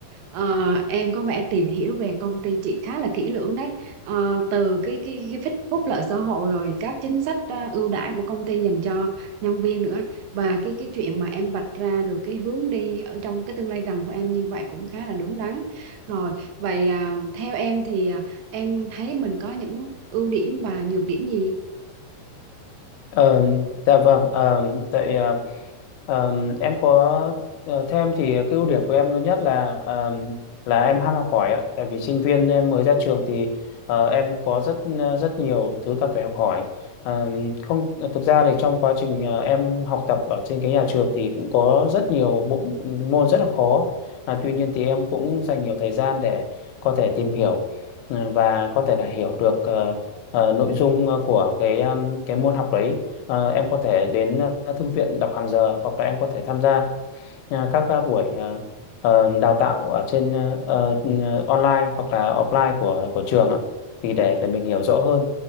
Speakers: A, on the right; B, on the left.
A: Ờ, em có vẻ tìm hiểu về công ty chị khá là kỹ lưỡng đấy. Ờ, từ cái cái cái phích- phúc lợi xã hội rồi các chính sách ờ, ưu đãi của công ty dành cho nhân viên nữa và cái cái chuyện mà em vạch ra được cái hướng đi ở trong cái tương lai gần của em như vậy cũng khá là đúng đắn. Rồi, vậy à, theo em thì à, em thấy mình có những ưu điểm và nhược điểm gì?
B: Ờ, dạ vâng, ờ, tại ờ, ờ, em có ờ, theo em thì cái ưu điểm của em lớn nhất là ờ, là em ham học hỏi ạ. Tại vì sinh viên em mới ra trường thì ờ, em có rất ờ, rất nhiều thứ cần phải học hỏi. Ờ, không thực ra thì trong quá trình ờ, em học tập ở trên cái nhà trường thì cũng có rất nhiều bộ môn rất là khó. À, tuy nhiên thì em cũng dành nhiều thời gian để có thể tìm hiểu ờ, và có thể là hiểu được ờ, ờ, nội dung ờ, của cái um, cái môn học đấy Ờ, em có thể đến ờ, thư viện đọc hàng giờ hoặc là em có thể tham gia ờ, các ờ, buổi ờ, ờ, đào tạo ở trên ờ, ờ, online hoặc là offline của của trường ạ thì để để mình hiểu rõ hơn